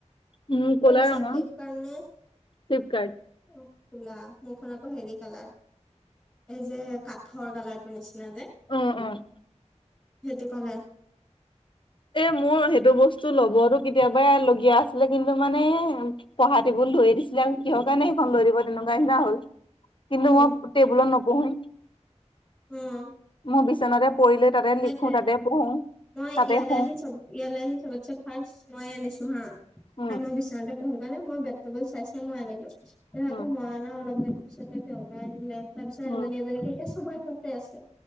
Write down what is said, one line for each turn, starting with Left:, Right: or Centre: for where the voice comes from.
Left: উম কলা
Centre: কত দিছা
Left: ৰঙৰ
Centre: ফিলিপকাৰ্ড নে?
Left: ফ্লিপকাৰ্ট
Centre: অঁ কোলা মোৰখন আকৌ হেৰি কালাৰ এই যে কাঠৰ কালাৰটোৰ নিচিনা যে
Left: অঁ
Centre: সেইটো কালাৰ।
Left: এ মোৰ সেইটো বস্তু ল'বতো কেতিয়াবা লগীয়া আছিলে, কিন্তু মানে পঢ়া টেবুল ধৰিয়ে দিছিলে আৰু কিহৰ কাৰণে সেইখন লৈ দিব তেনেকুৱা নিচিনা হ'ল। কিন্তু
Centre: উম
Left: মই টেবুলত নপঢ়োয়েই,
Centre: উম
Left: মই বিচনাতে পৰিলে তাতে
Centre: সেইটোয়ে
Left: লিখো তাতে পঢ়ো
Centre: মই
Left: তাতে শু
Centre: ইয়ালৈ আহি চবত ইয়ালে আহি চবতছে ফাৰ্ষ্ট মই আনিছো হা,
Left: উম
Centre: কাৰণ মই বিশ ছনাতে পঢ়ো কাৰণে মই বেত কবল চাই ছাই মই আনিলো ত আকৌ
Left: উম
Centre: মই অনা অলপ দিন পিছতে আনিলে তাৰপিছত
Left: উম
Centre: এজনী এজনীক এতিয়া চবৰে ঘৰতে আছে।